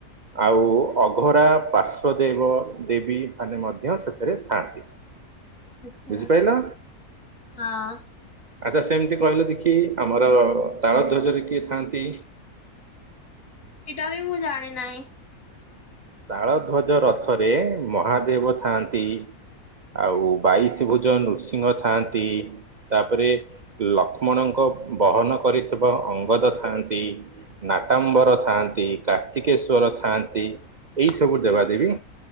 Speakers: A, on the right (about 75°); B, on the left (about 55°).
A: ଆଉ ଅଘରା ପାର୍ଶ୍ୱଵଦେବ ଦେବୀମାନେ ମଧ୍ୟ ସେଥିରେ ଥାନ୍ତି। ହ
B: ଆଛା
A: ବୁଝିପାଇଲ
B: ହଁ
A: ଆଚ୍ଛା ସେମିତି କହିଲ ଦେଖି <unintelligible> ତାଳ ଧ୍ୱଜରେ କିଏ ଥାଆନ୍ତି?
B: ଏଇଟା ବି ମୁଁ ଜାଣି ନାହିଁ।
A: ତାଳଧ୍ୱଜ ରଥରେ ମହାଦେବ ଥାଆନ୍ତି? ଆଉ ବାଇଶ ଭୋଜନ ନୃସିଂହ ଥାଆନ୍ତି। ତାପରେ ଲକ୍ଷ୍ମଣଙ୍କ ବହନ କରିଥିବା ଅଙ୍ଗଦ ଥାଆନ୍ତି। ନାଟାମ୍ବର ଥାଆନ୍ତି କାର୍ତ୍ତିକେଶ୍ୱର ଥାଆନ୍ତି। ଏଇ ସବୁ ଦେବାଦେବି